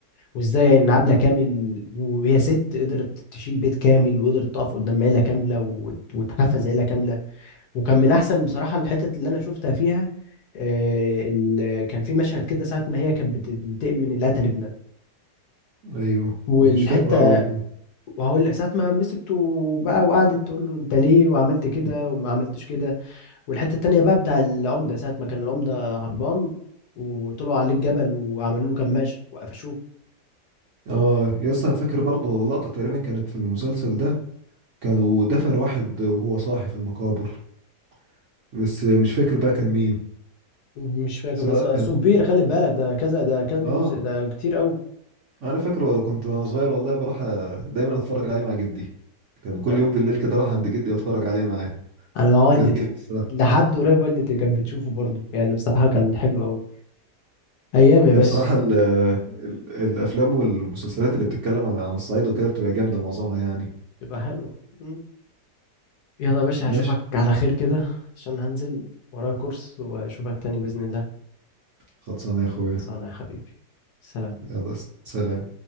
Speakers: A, on the left; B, on the right.
A: وازاي ان عبله كامل وهي ست قدرت تشيل بيت كامل وقدرت تقف قدام عيله كامله وت- وتحفز عيله كامله وكان من احسن بصراحه الحتت اللي انا شفتها فيها آه، ال- كان في مشهد كده ساعه ما هي كانت بتنتقم من اللي قتل ابنها
B: ايوه
A: والحته
B: مش فاكره قوي
A: وهقول ساعة ما مسكته بقى وقعدت تقول له انت ليه وعملت كده وما عملتش كده والحتة التانية بقى بتاع العمدة ساعة ما كان العمدة هربان وطلعوا عليه الجبل وعملوا له كماشة وقفشوه
B: اه يا اسطى انا فاكر برضه لقطه تقريبا كانت في المسلسل ده كانوا دفن واحد وهو صاحي في المقابر بس مش فاكر بقى كان مين
A: مش فاكر
B: سواء
A: بس اصله
B: كان
A: كبير خلي بالك ده كذا ده كام
B: اه
A: جزء ده كتير قوي
B: انا فاكره كنت وانا صغير والله بروح أ- دايما اتفرج عليه مع جدي كان كل
A: انا
B: يوم بالليل كده اروح عند جدي واتفرج عليه معاه
A: انا مع والدتي
B: كان جامد
A: لحد قريب والدتي كانت بتشوفه برضه يعني بصراحة كان حلو قوي ايام يا
B: هي
A: باشا
B: بصراحة ال ال الأفلام والمسلسلات اللي بتتكلم عن الصعيد وكده بتبقى جامدة معظمها يعني
A: <laughs> تبقى حلوة مم. يلا يا باشا
B: ماشي
A: هشوفك على خير كده عشان هنزل ورايا كورس واشوفك تاني بإذن الله
B: خلصانة يا أخويا
A: صانع حبيبي سلام
B: يلا س- سلام